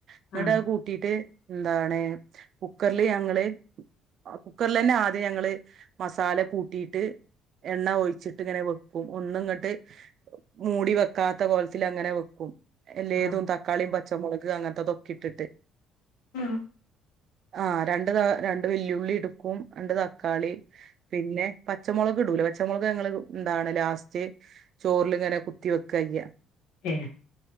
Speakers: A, on the right (about 60°); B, on the left (about 80°).
A: എന്നിട്ട്
B: ആഹ്
A: അത് കൂ ട്ടീട്ട് എന്താണ് കുക്കറില് ഞങ്ങള് കുക്കറിൽ തന്നെ ആദ്യം ഞങ്ങള് മസാല കൂട്ടിയിട്ട് എണ്ണ ഒഴിച്ചിട്ട് ഇങ്ങനെ വെക്കും ഒന്ന് ഇങ്ങട്ട് മൂടി വെക്ക വക്കാത്ത കോലത്തിൽ അങ്ങനെ വെക്കും എല്ലേതും
B: ആഹ്
A: തക്കാളിയും പച്ചമുളക് അങ്ങനത്തെതൊക്കെ ഇട്ടിട്ട്
B: ഉം
A: ആഹ് രണ്ട് ത രണ്ട് വെല്ലുള്ളി എടുക്കും രണ്ട് തക്കാളി പിന്നെ പച്ചമൊളക് ഇടൂല പച്ചമൊളക് ഞങ്ങൾ എന്താണ് ലാസ്റ്റ് ചോറിലിങ്ങനെ കുത്തി വെക്ക കയ്യ
B: ഏഹ്